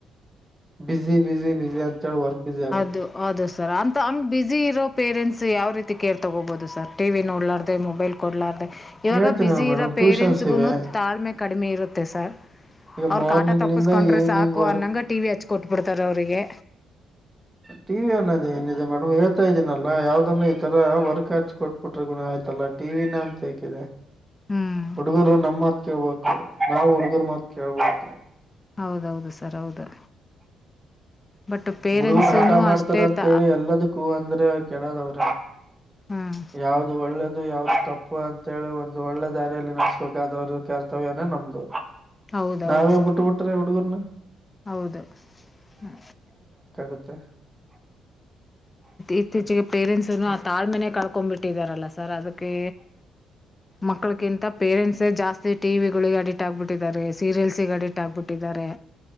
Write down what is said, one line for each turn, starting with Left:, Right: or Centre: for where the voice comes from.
Right: ಬಿಸಿ ಬಿಸಿ ಬಿಸಿ ಅ ಚ ವರ್ಕ್ ಬ್ಯುಸಿ
Left: ದು ಅದು ಸರ್ ಅಂತ ಹಂಗ ಬಿಜಿ ಇರೋ ಪೇರೆಂಟ್ಸ್ ಯಾವ ರೀತಿ ಕೇರ್ ತಗೋಬಹುದು ಸರ್ ಟಿವಿ ನೋಡ್ಲಾರ್ದು ಮೊಬೈಲ್ ಕೊಡ್ಲಾರ್ದ ಇವಾಗ
Right: ಹೇಳ್ತೀನಲ್ಲ
Left: ಬಿಸಿ
Right: ಮೇಡಮ್
Left: ಇರೋ ಪೇರೆಂಟ್ಸ್ಗುನು
Right: ಟ್ಯೂಷನ್ಸ್ ಇವೆ
Left: ತಾಳ್ಮೆ ಕಡಿಮೆ ಇರುತ್ತೆ ಸರ್
Right: ಈಗ
Left: ಅವ್ರ
Right: ಮಾರ್ನಿಂಗ್
Left: ಕಾಟ ತಪ್ಪಸ್ಕೊಂಡ್ರೆ
Right: ಲಿಂದ ಈವ್ನಿಂಗ್
Left: ಸಾಕು ಅನ್ನಂಗ ಟಿವಿ ಹಚ್ ಕೊಟ್ಬಿಡ್ತ ತರವರಿಗೆ
Right: ಟಿ ವಿ ಅನ್ನೋದು ಏನಿದೆ ಮೇಡಮ್ ಹೇಳ್ತಾ ಇದೀನಲ್ಲ ಯಾವ್ದ ಸುಮ್ಮನೆ ಇ ತರ ವರ್ಕ್ ಹಾಕ್ ಕೊಟ್ಬಿಟ್ರ ಗುನ ಆಯ್ತಲ್ಲ ಟಿವಿನ ಅಂತ ಹೇೇಕಿದೆ
Left: ಹ್ಮ್
Right: ಹುಡ್ಗರು ನಮ್ಮ್ ಮಾತ್ ಕೇಳ್ ಬೇಕು ನಾವು ಹುಡ್ಗರ್ ಮಾತ್ ಕೇಳ್ಬೋಬಾರದು
Left: ಹೌದೌದು ಸರ್ ಹೌದು ಬಟ್ ಪೇರೆಂಟ್ಸೂನು
Right: ಹುಡುಗರು ಹಠ ಮಾಡ್ತಾರೆ
Left: ಅಷ್ಟೇ
Right: ಅಂತ
Left: ತ
Right: ಹೇಳಿ ಎಲ್ಲದಕ್ಕೂ ಹೂ ಅಂದ್ರೆ ಕೆಡದ್ವ ಹ
Left: ಹ್ಮ್
Right: ಯಾವ್ದ ಒಳ್ಳೇದು ಯಾವ್ದು ತಪ್ಪು ತಪ್ಪು ಅಂತೇಳಿ ಒಂದು ಒಳ್ಳೆ ದಾರಿಯಲ್ಲಿ ನಡೆಸ್ಬೇಕಾದವ್ರ ಕರ್ತವ್ಯನೇ ನಮ್ದು
Left: ಹೌದೌದು
Right: ನಾವೇ
Left: ಸರ್
Right: ಬಿಟ್ಟು ಬಿಟ್ರೆ ಹುಡುಗರ್ನ
Left: ಹೌದು ಹ
Right: ಗುತ್ತೆ
Left: ಇತ್ತೀಚಿಗೆ ಪೇರೆಂಟ್ಸ್ನು ಆ ತಾಳ್ಮನೆ ಕಳ್ಕೊಂಡ್ ಬಿಟ್ಟಿದಾರಲ್ಲ ಸರ್ ಅದಕ್ಕೆ ಮಕ್ಕಳಕ್ಕಿಂತ ಪೇರೆಂಟ್ಸ್ ಜಾಸ್ ಟೀವಿಗುಲಳಿಗ್ ಅಡಿಕ್ಟ್ ಆಗ್ಬಿಟ್ಟಿದ್ದಾರೆ ಸರಿಯಲ್ಸ್ಗ ಅಡಿಕ್ಟ್ ಆಗ್ಬಿಟ್ಟಿದ್ದಾರೆ